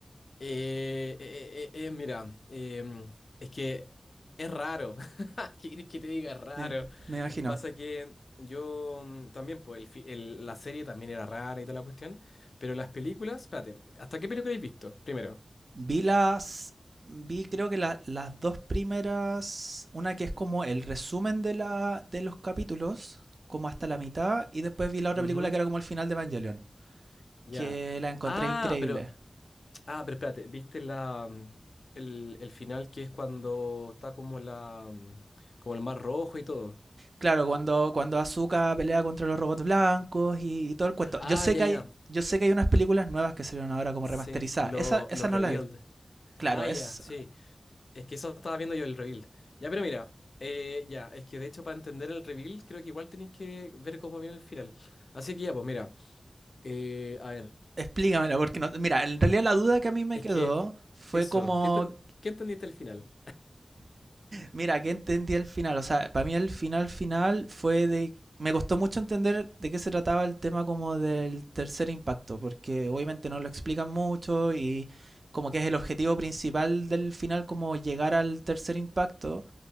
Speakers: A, on the left; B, on the right.
A: Eh, eh, eh, eh, eh, mira, em, es que es raro. <laughs> ¿Qué querés que te diga? Es raro.
B: Me, me imagino.
A: Pasa que yo mm, también, pues el fi- el- la serie también era rara y toda la cuestión. Pero las películas, espérate, ¿hasta qué película habéis visto? Primero.
B: Vi las. Vi creo que la- las dos primeras. Una que es como el resumen de, la, de los capítulos, como hasta la mitad. Y después vi la otra
A: Ujú,
B: película que era como el final de Evangelion.
A: ya.
B: Que la encontré
A: Ah,
B: increíble.
A: pero, ah, pero espérate, ¿viste la, mm, el, el final que es cuando está como la, mm, como el mar rojo y todo?
B: Claro, cuando, cuando Asuka pelea contra los robots blancos y, y todo el cuento.
A: Ah,
B: Yo sé
A: ya,
B: que
A: ya.
B: hay. Yo sé que hay unas películas nuevas que salieron ahora como
A: Sí,
B: remasterizadas.
A: lo,
B: Esa, esa
A: lo revealed.
B: no la he visto. Claro,
A: Ah,
B: es.
A: ya, sí. Es que eso estaba viendo yo el reveal. Ya, pero mira, eh, ya, es que de hecho para entender el reveal creo que igual tenéis que ver cómo viene el final. Así que ya, pues mira, eh, a ver,
B: Explícamela, porque no. Mira, en realidad la duda que a mí me
A: es
B: quedó
A: que
B: fue
A: eso,
B: como
A: ¿qué, enten- qué entendiste el final?
B: Mira, ¿qué entendí al final? O sea, para mí el final final fue de... Me costó mucho entender de qué se trataba el tema como del tercer impacto, porque obviamente no lo explican mucho y como que es el objetivo principal del final como llegar al tercer impacto,